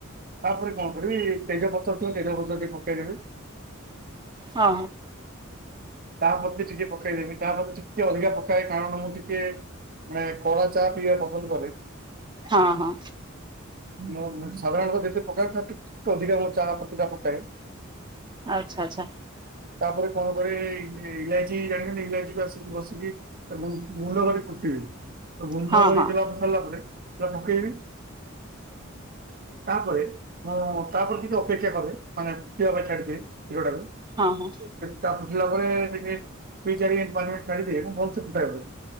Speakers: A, on the right (about 45°); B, on the right (about 25°).
A: ତାପରେ କଣ କରିବି ତେଜ ପତ୍ର ଥିବ ତେଜ ପତ୍ର ଟିକେ ପକେଇ ଦେବେ।
B: ହଁ।
A: ଚା ପତି ଟିକେ ପକେଇଦେମି। ଚା' ପତି ଟିକେ ଅଧିକା ପକାଏ। କାରଣ ମୁଁ ଟିକେ ମାନେ କଡା ଚା' ଚା' ପିଇବା ପସନ୍ଦ କରେ।
B: ହଁ ହଁ
A: ମୁଁ ସାଧାରଣତଃ ଯେତେ ପକାଏ, ତା ଟିକେ ଅଧିକା ଚାହା ପତି ଟା ପକାଏ।
B: ଆଚ୍ଛା ଆଚ୍ଛା,
A: ତା'ପରେ କଣ କରେ? ଇଲାଇଚୀ ଜାଣିଛନ୍ତି, ଇଲାଇଚୀକୁ ଆସିକି ବସିକି ଏବଂ ଗୁଣ୍ଡ କରି କୁଟିବେ। ଗୁଣ୍ଡ
B: ହଁ
A: କରି
B: ହଁ
A: <unintelligible> ସାରିଲା ପରେ ଚା' ପକେଇବି। ତା'ପରେ ମୁଁ, ତା'ପରେ ଟିକେ ଅପେକ୍ଷା କରେ। ମାନେ ପିଇବା ପାଇଁ ଛାଡିଦିଏ। କ୍ଷୀରଟାକୁ!
B: ହଁ ହଁ
A: ତା ଫୁଟିଲା ପରେ ଟିକେ ରେଷ୍ଟ, ଦୁଇ ଚାରି ମିନ୍ ପାଞ୍ଚ ମିନିଟ୍ ଛାଡିଦିଏ। ମୁଁ ଭଲ୍ ସେ ଫୁଟାଏ <unintelligible>